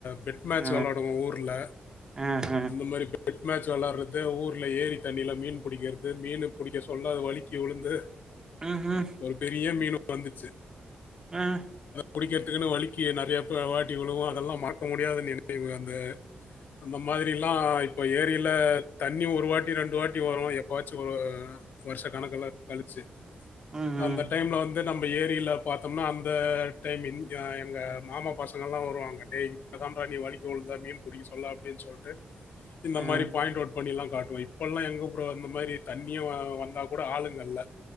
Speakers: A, on the left; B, on the right.
A: பெட் மே
B: அ
A: விளாடுவங்க ஊர்ல
B: அ அ
A: அந்த மாதிரி பெட் மேட்ச் விளாடுறது ஊர்ல ஏரி தண்ணியில மீன் பிடிக்கிறது மீன் பிடிக்க சொல்ல வலிக்கு விழுந்து
B: ம்ஹ்ம்
A: ஒரு பெரிய மீன் வந்துச்சு
B: ஆஹ்
A: குடிக்கிறதுக்குன்னு வலிக்கு நிறையா பே வாட்டி விழுவோம் அதெல்லாம் மறக்க முடியாத நினைவு அந்த அந்த மாதிரிலாம் இப்போ ஏரியில் தண்ணி ஒரு வாட்டி ரெண்டு வாட்டி வரும் எப்போாச்சும் ஒரு வருஷ கணக்கல கழிச்சு
B: ம்ஹ்ம்
A: அந்த டைம்ல வந் து நம்ம ஏரில பாத்தோம்னா அந்த டைம் எங் அ எங்க மாமா பசங்க எல்லா வருவாங்க ஏய் அதாம்ப்பா நீ வழுக்கிவுழுந்தா மீன் புடிக்க சொல்ல அப்படின்னு சொல் ட்டு இந்த
B: அ
A: மாரி பாயிண்ட் அவுட் பண்ணி எல்லா காட்டுவே இப்ப எல்லா எங்க ப்ரோ அந்த மாரி தண்ணியே வந்தா கூட ஆளுங்க இல்ல